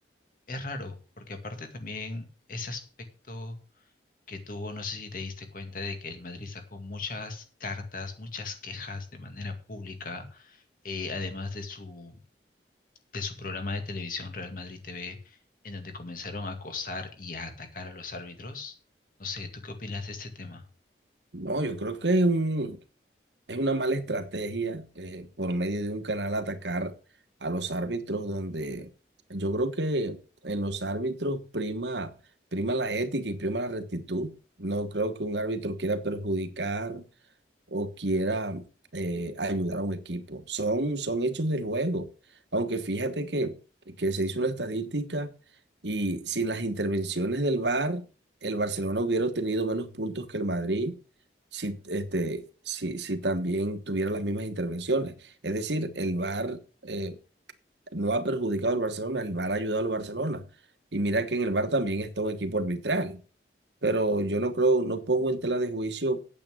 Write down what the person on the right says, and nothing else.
No, yo creo que es un, Es una mala estrategia eh, por medio de un canal atacar a los árbitros donde yo creo que en los árbitros prima, prima la ética y prima la rectitud. No creo que un árbitro quiera perjudicar o quiera eh, ayudar a un equipo. Son, son hechos del juego. Aunque fíjate que, que se hizo una estadística y sin las intervenciones del VAR, el Barcelona hubiera obtenido menos puntos que el Madrid si, este, si, si también tuviera las mismas intervenciones. Es decir, el VAR eh, no ha perjudicado al Barcelona, el VAR ha ayudado al Barcelona. Y mira que en el VAR también está un equipo arbitral pero yo no creo, no pongo en tela de juicio